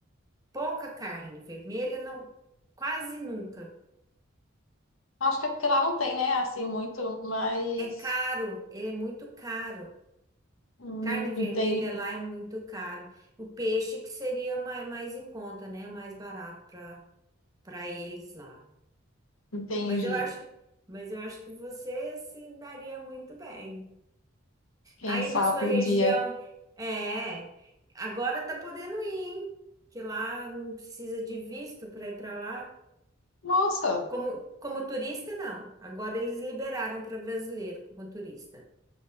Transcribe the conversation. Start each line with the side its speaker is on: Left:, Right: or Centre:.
Right: Pouca carne vermelha, não, quase nunca.
Left: Acho que é porque lá não tem, né? Assim, muito, mas
Right: É caro, ele é muito caro.
Left: hum,
Right: Carne vermelha
Left: entendi,
Right: lá é muito caro. O peixe que seria mais, mais em conta, né? Mais barato para para eles lá.
Left: entendi.
Right: Mas eu acho, mas eu acho que você se daria muito bem.
Left: Quem
Right: Aí
Left: sabe
Right: na sua região,
Left: um dia.
Right: é, agora tá podendo ir, hein? Que lá não precisa de visto para ir para lá.
Left: Nossa,
Right: Como, como turista, não. Agora eles liberaram para brasileiro como turista.